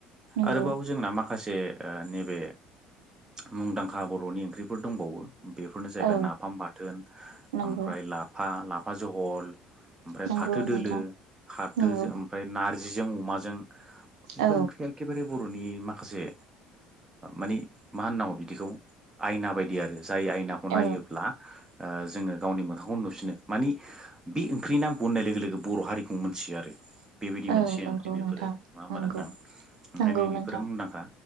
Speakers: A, on the right; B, on the right.
A: नंगौ
B: आरोबाव जोंना माखासे नैबे मुंदांखा बर'नि ओंख्रिफोर दंबावो बेफोरनो जाहैबाय
A: औ
B: नाफाम बाथोन
A: नंगौ
B: ओमफ्राय लाफा लाफा जहल ओमफ्राय
A: नंगौ
B: फाथो दोलो
A: नोंथां
B: फाथो
A: नंगौ
B: ओमफ्राय नारजिजों अमाजों बेफोर
A: औ
B: ओंख्रिया एखेबारे बर'नि माखासे मानि मा होनांगौ बिदिखौ आयना बायदि आरो जाय आइ नायोब्ला
A: औ
B: ओ जों गावनि मोखांखौ नुसिनो मानि बुंनाय लोगो लोगो बर' हारिखौ मोनथियो आरो बेबायदि मोनसे
A: औ नंगौ
B: ओंख्रि बेफोरो
A: नोंथां
B: नङा होमबा
A: नंगौ
B: नांथां ओंखायनो
A: नंगौ
B: बेफोरो
A: नोंथां
B: मुंदांखा।